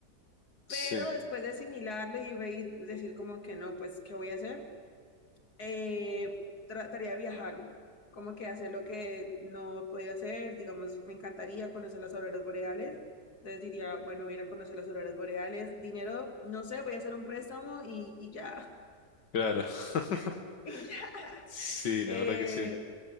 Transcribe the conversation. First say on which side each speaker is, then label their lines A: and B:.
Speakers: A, on the left; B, on the left.
A: Pero
B: Sí,
A: después de asimilarlo y, ve- y decir como que no, pues, ¿qué voy a hacer? eh, trataría de viajar, como que hacer lo que no podía hacer, digamos, me encantaría conocer las auroras boreales, entonces diría, bueno, voy a ir a conocer las auroras boreales, dinero, no sé, voy a hacer un préstamo y, y ya,
B: claro. <laughs>
A: <laughs> y ya.
B: Sí,
A: Eh,
B: la verdad que sí.